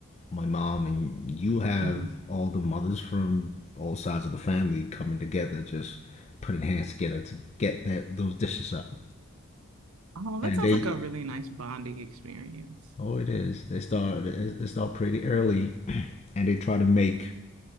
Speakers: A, on the left (about 30°); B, on the right (about 85°).
A: my mom and you
B: <laughs>
A: have
B: Mhm.
A: all the mothers from all sides of the family coming together, just putting hands together to get that those dishes up.
B: Oh, that
A: And
B: sounds
A: they,
B: like a really nice bonding experience.
A: oh, it is. They start they start pretty early, <clears throat> and they try to make